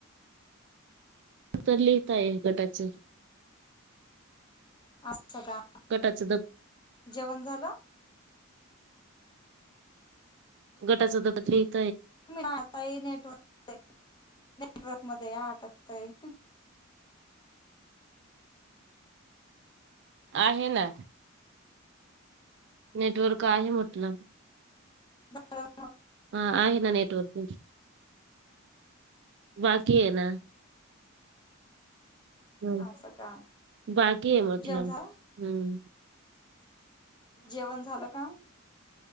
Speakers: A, on the right; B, on the left.
A: तर लिहित आहे गटाच.
B: अस का
A: गटाच द
B: जेवण झालं.
A: गट शतपद्री <unintelligible>
B: आताय नेटवर्क नेटवर्क मध्ये आटकतय.
A: आहे ना. नेटवर्क आहे म्हटल.
B: ह <unintelligible>
A: हा आहेे ना नेटवर्क. बाकी आहे ना. हम्म
B: असं का
A: बाकी आहे म्हटलं
B: जेउन झाला.
A: हम्म
B: जेवण झालं का.